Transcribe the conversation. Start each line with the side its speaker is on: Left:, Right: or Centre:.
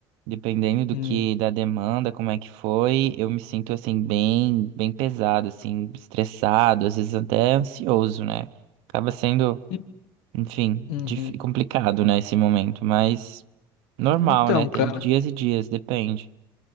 Right: dependendo do
Left: Hum.
Right: que, da demanda, como é que foi, eu me sinto, assim, bem, bem pesado, assim, estressado, às vezes até ansioso, né? Acaba sendo
Left: E-
Right: Enfim,
Left: Uhum.
Right: dif- complicado, né, esse momento, mas normal,
Left: Então,
Right: né? Tem
Left: cara,
Right: dias e dias, depende.